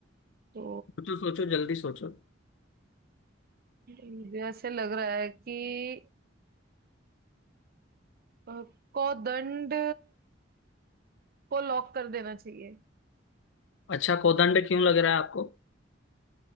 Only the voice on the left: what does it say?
सोचो सोचो जल्दी सोचो
अच्छा कोदंड क्यों लग रहा है आपको